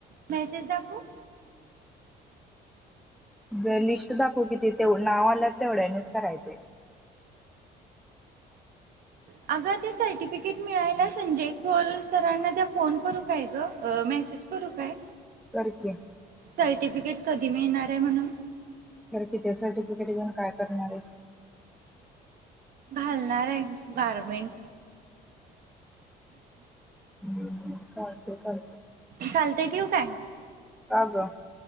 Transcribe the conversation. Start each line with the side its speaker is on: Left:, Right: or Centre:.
Right: मेसेज दाकवू
Centre: जर लिस्ट दाखव कि ती ते नाव आलय तेवढ्यानीच करायच हाय ते
Right: आग ते सर्टिफिकेट मिळायला संजय खोल सरांना ते फोन करू काय ग मेसेज करू काय?
Centre: कर की
Right: सर्टिफिकेट कधी मिळणार आहे म्हणून
Centre: खर कि ते सर्टिफिकेट घेऊन काय करणार आहीस?
Right: घालणार आहे की गारमेंट
Centre: हू चालतय चालतय
Right: चालतंय ठेवू काय?
Centre: का गं